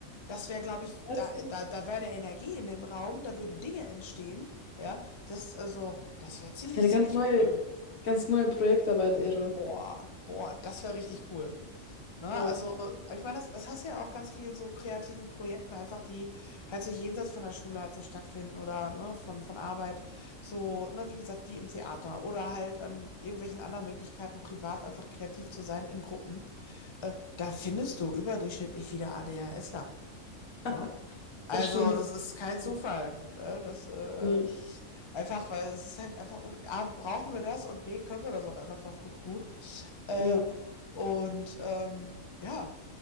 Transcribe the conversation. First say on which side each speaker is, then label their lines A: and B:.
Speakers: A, on the left; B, on the left.
A: das wäre, glaube ich,
B: als,
A: da, da, da wäre eine Energie in dem Raum, da würden Dinge entstehen. Ja, das, also, das wäre ziemlich,
B: das ist eine
A: ziemlich
B: ganz neue,
A: cool.
B: ganz neue Projektarbeit-Ära.
A: Boah, boah, das wäre richtig cool. Ne?
B: Ja,
A: Also, ich meine, das, das hast du ja auch ganz vielen so kreativen Projekten einfach, die halt so jenseits von der Schule halt so stattfinden oder ne, von, von Arbeit, so, ne, wie gesagt, wie im Theater oder halt an irgendwelchen anderen Möglichkeiten, privat einfach kreativ zu sein in Gruppen. Äh, da findest du überdurchschnittlich viele ADHSler.
B: <laughs>
A: Ne?
B: das
A: Also,
B: stimmt.
A: das ist kein Zufall.
B: Ja.
A: Ne? Das, äh,
B: Nee,
A: einfach, weil es ist halt einfach, A, brauchen wir das und B, können wir das auch einfach verflucht gut. Äh,
B: ja.
A: und ähm, ja.